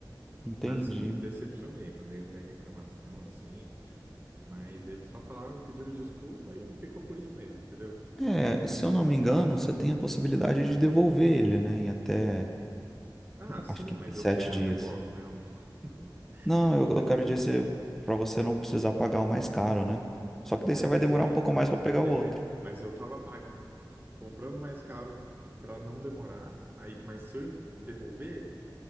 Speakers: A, in the centre; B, on the right (about 25°).
A: Entendi.
B: mas assim, me decepcionei. Mandei até reclamação, assim, mas eles só falaram, pediram desculpa e ficou por isso mesmo, entendeu?
A: É, se eu não me engano, você tem a possibilidade de devolver ele, né, em até,
B: Ah, sim,
A: acho que
B: mas
A: sete
B: eu quero
A: dias.
B: o negócio, né? Eu não <laughs>
A: Não,
B: não
A: eu,
B: vou
A: eu
B: devolver.
A: quero dizer pra você não precisar pagar o mais caro, né? Só que daí
B: É,
A: você vai
B: mas
A: demorar
B: aí.
A: um pouco mais pra pegar
B: É,
A: o outro.
B: mas eu tava pag... comprando mais caro pra não demorar. Aí, mas se eu em- devolver,